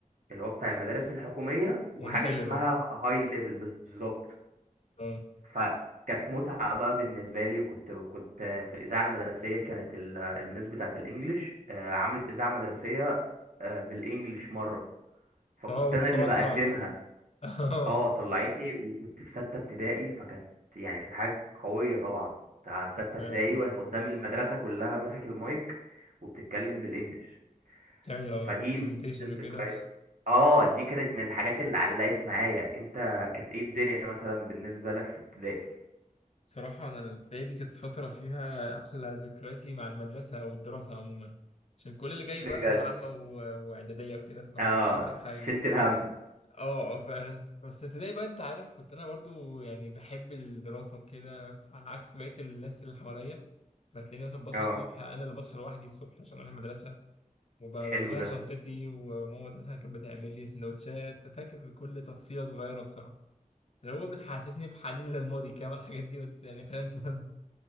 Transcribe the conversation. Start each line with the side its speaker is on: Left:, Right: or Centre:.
Right: اللي هو بتاع المدارس الحكوميه وحاجه
Left: والهاي
Right: اسمها
Left: ليفل
Right: هاي ليفل بالظبط
Left: اه
Right: فكانت متعه بقى بالنسبه لي وكنت كنت في الاذاعه المدرسيه كانت ال- الميس بتاعه الانجليش آه، عملت اذاعه مدرسيه آه، بالانجليش مره فكنت
Left: اه وانت
Right: انا اللي
Left: طبعا
Right: بقدمها
Left: طلعت <laughs> اه
Right: اه طلعتني وكنت في ستة ابتدائي فكانت يعني كانت حاجة قوية طبعا بتاع ستة
Left: فعلا
Right: ابتدائي واقف قدام المدرسة كلها ماسك المايك وبتتكلم بالانجلش
Left: تعمل لو
Right: فدي
Left: برزنتيشن
Right: من ضمن الذكريات
Left: وكده
Right: اه دي كانت من الحاجات اللي علقت معايا انت كانت ايه الدنيا مثلا بالنسبة لك في ابتدائي
Left: صراحة أنا الابتدائي دي كانت فترة فيها أحلى ذكرياتي مع المدرسة أو الدراسة عموما عشان كل اللي جاي
Right: بجد
Left: بقى ثانوية عامة و- وإعدادية وكده فمكانش
Right: اه
Left: ألطف حاجة
Right: شلت الهم
Left: أه أه فعلا بس ابتدائي بقى أنت عارف كنت أنا برضو يعني بحب الدراسة وكده على عكس بقية الناس اللي حواليا فتلاقيني مثلا بصحى
Right: اه
Left: الصبح أنا اللي بصحى لوحدي الصبح عشان أروح المدرسة وبجهز
Right: حلو ده
Left: شنطتي وماما مثلا كانت بتعمل لي سندوتشات فاكر كل تفصيلة صغيرة بصراحة اللي هو بتحسسني بحنين للماضي كده الحاجات دي بس يعني خلينا نكمل